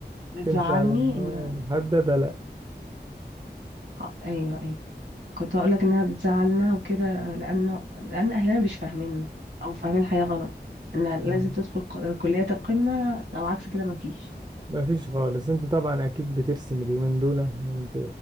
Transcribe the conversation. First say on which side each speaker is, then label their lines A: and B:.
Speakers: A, on the right (about 75°); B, on the right (about 25°).
A: بتزعلني
B: تمشي على نوايا
A: إن
B: محددة لا
A: ح- أيوه أيوه كنت هقول لك إنها بتزعلنا وكده لأنه لأن أهلنا مش فاهميننا أو فاهمين الحياة غلط إن لازم
B: مم.
A: تدخل ق- كليات القمة لو عكس كده مفيش
B: مفيش خالص أنت طبعا أكيد بترسم اليومين دول أنت